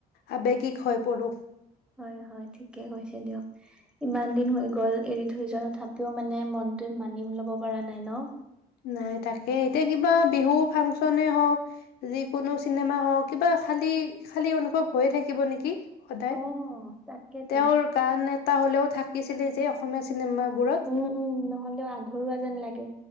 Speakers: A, on the left (about 65°); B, in the centre.
A: আবেগিক হৈ পৰো
B: হয় হয় ঠিকে কৈছে দিয়ক ইমান
A: উম,
B: দিন হৈ গ'ল এৰি থ থ যোৱা তথাপিও মানে মনটো মানি লব পৰা নাই ন
A: নাই তাকে এতিয়া কিবা বিহু ফাংচনে হওঁক যিকোনো চিনেমা হওঁক কিবা খালী খালী অনুভৱ হৈয়ে থাকিব নেকি সদায়
B: অ তাকেতো
A: তেওঁৰ গান এটা হ'লেওাকে থাকিছিলে যে অসমীয়া চিনেমাবোৰত
B: উম উম নহ'লেও আধৰুৱা যেন লাগে